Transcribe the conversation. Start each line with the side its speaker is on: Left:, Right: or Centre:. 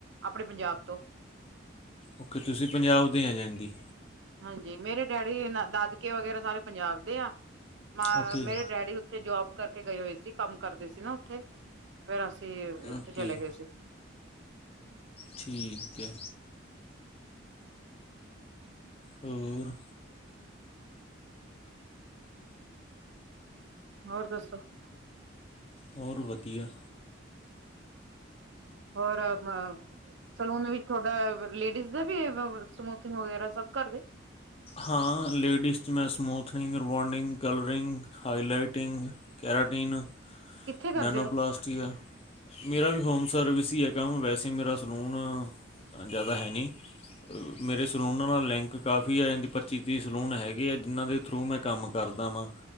Right: ਆਪਣੇ ਪੰਜਾਬ ਤੋਂ।
Left: ਓਕੇਤੁਸੀਂ ਪੰਜਾਬ ਦੇ ਆ ਜਾਂਦੀ।
Right: ਹਾਂਜੀ। ਮੇਰੇ ਡੈਡੀ ਦਾਦਕੇ ਵਗੈਰਾ, ਸਾਰੇ ਪੰਜਾਬ ਦੇ ਆ, ਮ
Left: ਓਕੇ
Right: ਮੇਰੇ ਡੈਡੀ ਉਥੇ ਜੋਬ ਕਰਕੇ ਗਏ ਹੋਏ ਸੀ, ਕੰਮ ਕਰਦੇ ਸੀ ਨਾ ਉੱਥੇ। ਫ਼ੇਰ ਅਸੀਂ ਉੱਥੇ
Left: ਓਕੇ
Right: ਚਲੇ ਗਏ ਸੀ।
Left: ਠੀਕ ਹੈ। ਹੋਰ
Right: ਹੋਰ ਦੱਸੋ?
Left: ਹੋਰ ਵਧੀਆ।
Right: ਹੋਰ <unintelligible> ਸਲੂਨ ਵੀ ਥੋਡਾ ਲੇਡੀਜ਼ ਦੇ ਵੀ ਸਮੂਥਿੰਗ ਵਗੈਰਾ, ਸਭ ਕਰਦੇ?
Left: ਹਾਂ ਲੇਡੀਜ਼ 'ਚ ਮੈਂ smoothening, rebonding, colouring, highlighting keratin,
Right: ਕਿੱਥੇ ਕਰਦੇ
Left: ਨੈਨੋ
Right: ਹੋ
Left: ਪਲਾਸਟਿਕ ਮੇਰਾ ਵੀ ਹੋਮ ਸਰਵਿਸ ਹੀ ਹੈ ਕੰਮ, ਵੈਸੇ ਮੇਰਾ ਸਲੂਨ ਆ ਤਾਂ ਜ਼ਿਆਦਾ ਹੈ ਨਹੀਂ। ਮੇਰੇ ਸਲੂਨਾਂ ਨਾਲ ਲਿੰਕ ਕਾਫੀ ਆ, ਇੰਜ ਪੱਚੀ-ਤੀਹ ਸਲੂਨ ਹੈਗੇ ਆ, ਜਿਨ੍ਹਾਂ ਦੇ ਥਰੂ ਮੈਂ ਕੰਮ ਕਰਦਾ ਵਾ।